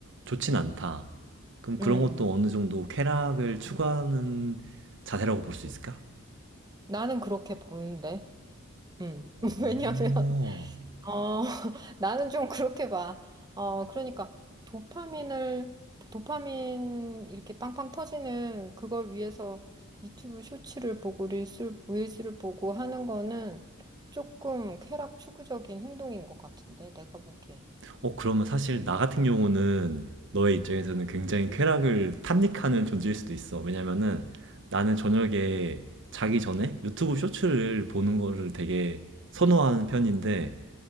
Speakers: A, on the right; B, on the right.
A: 좋진 않다. 그럼 그런
B: 음,
A: 것도 어느 정도 쾌락을 추구하는 자세라고 볼 수 있을까?
B: 나는 그렇게 보는데. 음.
A: 오.
B: <laughs> 왜냐면, 어, <laughs> 나는 좀 그렇게 봐. 어, 그러니까 도파민을, 도파민 이렇게 빵빵 터지는 그걸 위해서 유튜브 쇼츠를 보고 릴스, 릴스를 보고 하는 거는 조금 쾌락 추구적인 행동인 것 같은데, 내가 보기에는.
A: 어, 그러면 사실 나 같은 경우는 너의 입장에서는 굉장히 쾌락을 탐닉하는 존재일 수도 있어. 왜냐면은 나는 저녁에 자기 전에 유튜브 쇼츠를 보는 거를 되게 선호하는 편인데